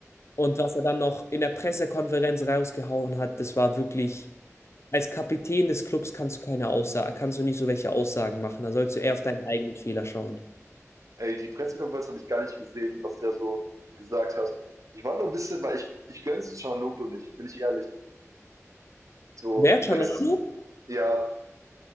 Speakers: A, on the left (about 55°); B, on the right (about 80°).
A: und was er dann noch in der Pressekonferenz rausgehauen hat, das war wirklich, als Kapitän des Clubs kannst du keine Aussage, kannst du nicht so welche Aussagen machen. Da sollst du eher auf deine eigenen Fehler schauen.
B: ey, die Pressekonferenz habe ich gar nicht gesehen, was der so gesagt hat. Ich war nur ein bisschen, weil ich, ich gönn's Cianoglu nicht, bin ich ehrlich. So,
A: Wer? Canolo?
B: besten, ja.